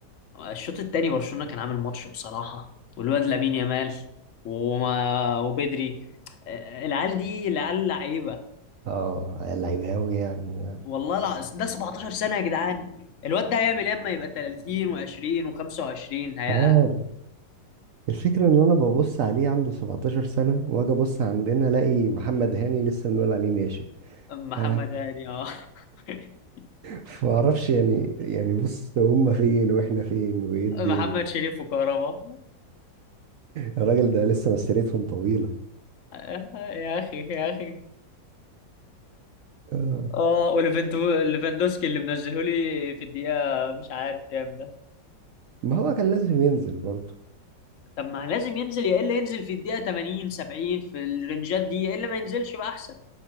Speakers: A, on the left; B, on the right.
A: الشوط التاني برشلونة كان عامل ماتش بصراحة والواد لامين يامال وما وبدري آه، العيال دي العيال لعيبة
B: اه اللعيبة اوي يعني
A: والله الع... ده 17 سنة يا جدعان الواد ده هيعمل ايه اما يبقى 30 و20 و25 هي...
B: مش عارف الفكرة ان انا ببص عليه عنده 17 سنة واجي ابص عندنا الاقي محمد هاني لسه بنقول عليه ناشئ <laughs>
A: محمد
B: ف-
A: هاني اه <laughs>
B: فمعرفش يعني يعني بص هم فين واحنا فين وايه الدنيا
A: محمد شريف وكهربا
B: الراجل ده لسه مسيرتهم طويلة
A: آه، يا اخي يا اخي
B: آه.
A: اه وليفاندوسكي اللي منزله لي في الدقيقة مش عارف كام
B: ما هو كان لازم ينزل برضه
A: طب ما لازم ينزل يا الا ينزل في الدقيقه 80 70 في الرنجات دي يا الا ما ينزلش بقى احسن